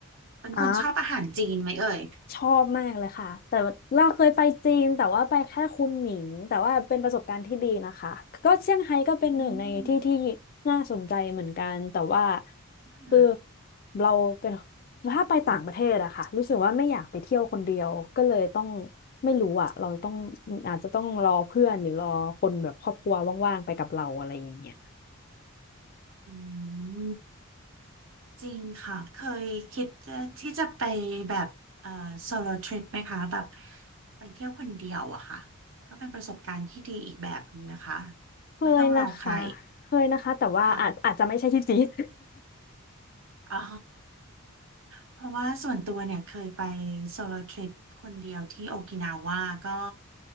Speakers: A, on the left; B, on the right.
A: <laughs>
B: เป็นคนชอบอาหารจีนไหมเอ่ย
A: อ่า ชอบมากเลยค่ะแต่ว่าเราเคยไปจีนแต่ว่าไปแค่คุนหมิงแต่ว่าเป็นประสบการณ์ที่ดีนะคะก็เซี่ยงไฮ้ก็เป็นหนึ่งในที่ที่
B: อืม
A: น่าสนใจเหมือนกันแต่ว่า
B: ค่ะ
A: คือเราเป็นถ้าไปต่างประเทศอะค่ะรู้สึกว่าไม่อยากไปเที่ยวคนเดียวก็เลยต้องไม่รู้อะเราต้องอาจจะต้องรอเพื่อนหรือรอคนแบบครอบครัวว่างๆไปกับเราอะไรอย่างเงี้ย
B: อืม จริงค่ะเคยคิดจะที่จะไปแบบเอ่อโซโลทริปไหมคะแบบไปเที่ยวคนเดียวอะค่ะก็เป็นประสบการณ์ที่ดีอีกแบบนึงนะคะ
A: เคยนะคะเคยนะคะแต่ว่าอาจอาจจะไม่ใช่ที่จีน
B: ไม่ต้องรอใครค่ะอ๋อเพราะว่าส่วนตัวเนี่ยเคยไปโซโลทริปคนเดียวที่โอกินาว่าก็